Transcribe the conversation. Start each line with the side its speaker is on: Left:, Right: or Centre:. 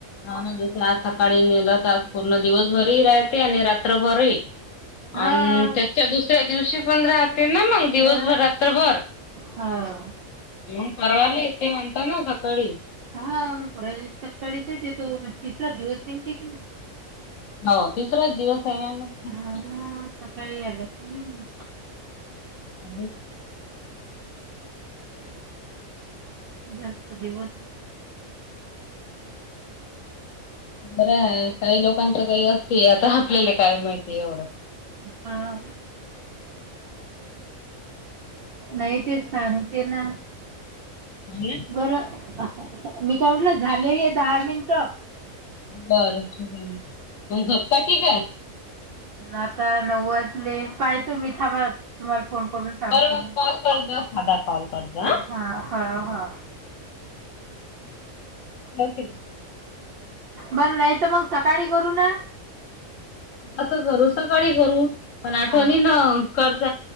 Left: ह ना दिस आज सकाळी नेलं तर आज पूर्ण दिवसभरही राहते आणि रात्रभरही.
Right: हा
Left: आणि त्याच्या दुसऱ्या दिवशी पण रा ते ना मग दिवसभर
Right: हा
Left: रात्रभर
Right: हा
Left: मग परवा ते म्हणता ना सकाळी,
Right: हा पु सप्टचे ते तिसरा दिवस निती की नाही.
Left: हो तिसराच दिवस आहे यानंतर,
Right: हा सकाळी आला की घेऊन येते.
Left: अ
Right: दस् दिवस,
Left: बर आहे काही लोकांचं काही असते आता आपल्याला. काय माहिती एवढं,
Right: हा नाही ते सांगते ना!
Left: हो ना
Right: बरं मी काय म्हटलं झालं आहे दहा मिनट,
Left: बरं मग झप्ता क काय,
Right: आता नऊ वाचले पाहतो मी थांब तुम्हाला फोन, करून सांगतो.
Left: बरोबर कॉल करज साध कॉल करज,
Right: हा हा हा
Left: होकले,
Right: बर नाही तर मग सकाळी करू ना
Left: असं करू सकाळी करू पण
Right: हा
Left: आठवणी न करत